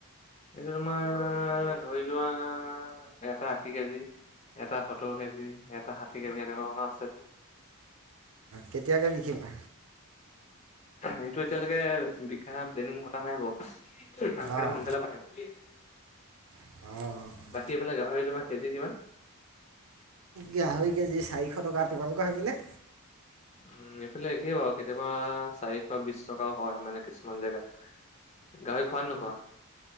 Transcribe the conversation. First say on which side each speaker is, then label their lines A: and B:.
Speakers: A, on the left; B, on the right.
A: এইটো তোমাৰ ধৰি লোৱা, এটা আশী কেজি। এটা সত্তৰ কেজি, এটা ষাঠি কেজি মানৰ আছে।
B: কেতিয়াকে বিকিবা?
A: এইটো এতিয়ালৈকে বিক্ৰা প্লেনিং পতা নাই বাও। ভাত কেইটা
B: অঁ
A: সোনকালে পাতিম, প্লিজ।
B: অ' অ'।
A: বাকী এইফালে গাহৰি তোমাৰ কেজি কিমান?
B: গাহৰি কেজি চাৰিশ টকা, তোমালোকৰ সেপিনে?
A: উম' এফালে একেই বাৰু, কেতিয়াবা চাৰিশ বিশ টকাও হয় মানে কিছুমান জেগাত। গাহৰি খোৱা নে নোখোৱা?